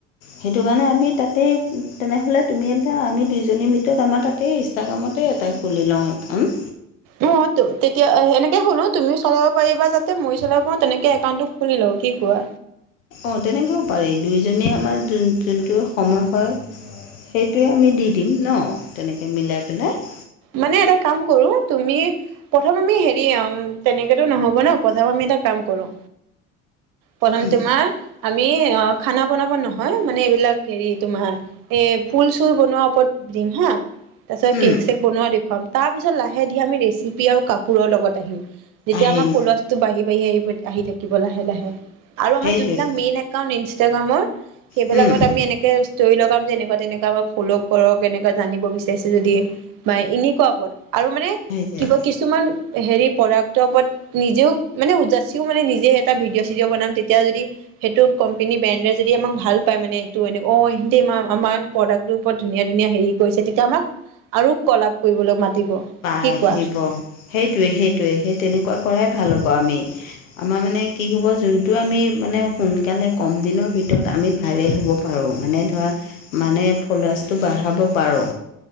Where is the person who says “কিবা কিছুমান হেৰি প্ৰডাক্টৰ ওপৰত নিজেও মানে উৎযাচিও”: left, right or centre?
Right